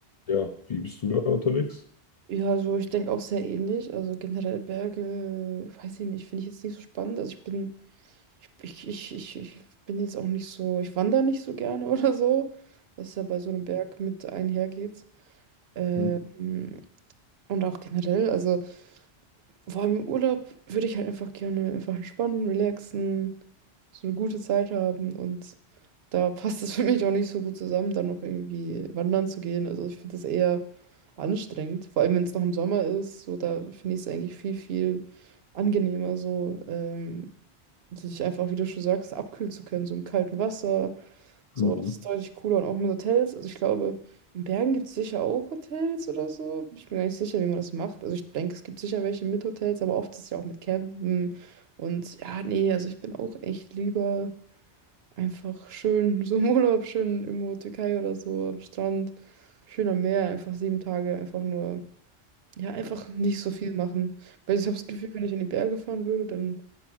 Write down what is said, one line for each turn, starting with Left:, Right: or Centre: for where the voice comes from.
Left: Ja, wie bist du da unterwegs?
Right: Ja, also ich denke auch sehr ähnlich. Also generell Berge, weiß ich nicht, finde ich jetzt nicht so spannend. Also ich bin Ich, ich, ich, ich bin jetzt auch nicht so, ich wandere nicht so gerne <laughs> oder so, was ja bei so einem Berg mit einhergeht. Ähm,
Left: Mhm.
Right: und auch generell, also vor allem im Urlaub würde ich halt einfach gerne einfach entspannen, relaxen, so eine gute Zeit haben und da passt es für mich auch nicht so gut zusammen, dann noch irgendwie wandern zu gehen. Also ich finde das eher anstrengend, vor allem wenn es noch im Sommer ist, so da finde ich es eigentlich viel, viel angenehmer so. Ähm, und sich einfach, wie du schon sagst, abkühlen zu können, so im kalten Wasser. So,
Left: Mhm.
Right: das ist deutlich cooler. Und auch mit Hotels. Also ich glaube, in Bergen gibt es sicher auch Hotels oder so. Bin ich mir gar nicht sicher, wie man das macht. Also ich denke, es gibt sicher welche mit Hotels, aber oft ist es ja auch mit Campen. Und ja, nee, also ich bin auch echt lieber einfach schön, <laughs> so im Urlaub, schön irgendwo Türkei oder so, am Strand, schön am Meer, einfach sieben Tage, einfach nur, ja, einfach nicht so viel machen. Weil ich habe das Gefühl, wenn ich in die Berge fahren würde, dann